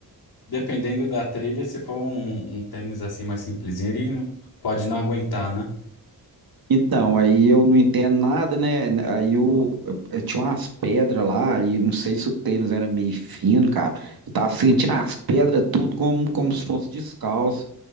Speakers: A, on the left; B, on the right.
A: dependendo da trilha, se for um, um tênis assim mais simplesinho, ele pode não aguentar, né?
B: Então, aí eu não entendo nada, né? Aí eu, eu tinha umas pedras lá, e eu não sei se o tênis era meio fino, cara. Eu tava sentindo as pedras tudo como, como se fosse descalço.